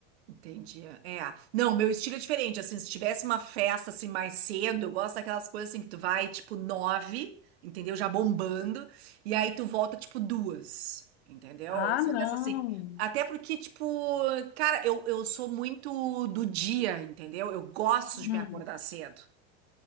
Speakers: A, on the right; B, on the left.
A: Entendi. É. Não, meu estilo é diferente. Assim, se tivesse uma festa assim mais cedo, eu gosto daquelas coisas assim que tu vai tipo nove, entendeu? Já bombando, e aí tu volta tipo duas, entendeu?
B: Ah,
A: Eu sou
B: não!
A: dessa assim. Até porque, tipo, cara, eu, eu sou muito do dia, entendeu? Eu gosto
B: Hum.
A: de me acordar cedo.